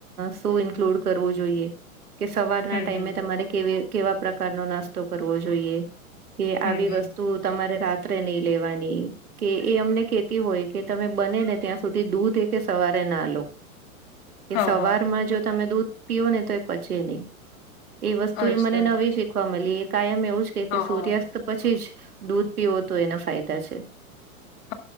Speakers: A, on the right; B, on the left.
A: શું ઇન્ક્લુડ કરવું જોઈએ કે સવારના
B: હમ
A: ટાઈમે
B: હમ
A: તમારે કેવી. કેવા પ્રકાર નો નાસ્તો કરવો જોઈએ કે
B: હમ
A: આવી
B: હમ
A: વસ્તુ. તું તમારે રાત્રે નહી લેવાની કે એ અમને કેતી હોય કે તમે બનેને ત્યાં. સુધી દૂધ એ સવારે ના લો કે
B: હા
A: સવારમાં
B: હા
A: જો તમે દૂધ. પીઓને તો એ પચે નહી. એ વસ્તુ
B: અચ્છા
A: એ મને નવી શીખવા મળી એ કાયમ એવું જ કે
B: હા
A: કે સૂર્યાસ્ત
B: હા
A: પછી જ. દૂધ પીવો તો એના ફાયદા છે.
B: <inaudible>